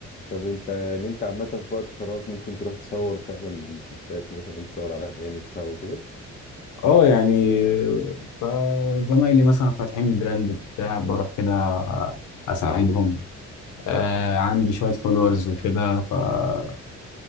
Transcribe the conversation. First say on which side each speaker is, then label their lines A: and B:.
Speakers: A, on the left; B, on the left.
A: طب انت يعني انت عامة في وقت فراغك ممكن تروح تصور فعلا شوتات مثلا تصور على اغاني بتاع وكده
B: اه يعني ف- زمايلي مثلا فاتحين براند بتاع بروح كده اساعدهم آه عندي شوية فولورز وكده فبيظبطوا